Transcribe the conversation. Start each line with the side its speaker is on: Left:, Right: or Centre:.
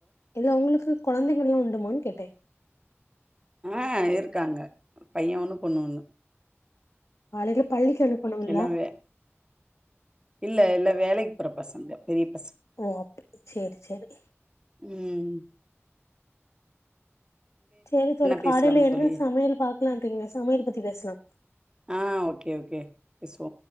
Left: இல்ல உங்களுக்கு குழந்தைகள் எல்லா உண்டுமானு கேட்டே
Right: ஆஹ் இருக்காங்க பைய ஒண்ணு பொண்ணு ஒண்ணு
Left: ஆலைகளை பள்ளிக்கு அனுப்பணுங்லா
Right: எல்லா வே இல்ல எல்லா வேலைக்கு போற பசங்க பெரிய பசங்க
Left: ஓ அப்படி செரி செரி
Right: உம்
Left: சரி சரி காலையில
Right: பேசலாம்
Left: என்ன
Right: தோழி
Left: சமையல் பாக்கலாம் இருக்கீங்க சமையல் பத்தி பேசலா
Right: ஆ ஓகே ஓகே பேசுவோ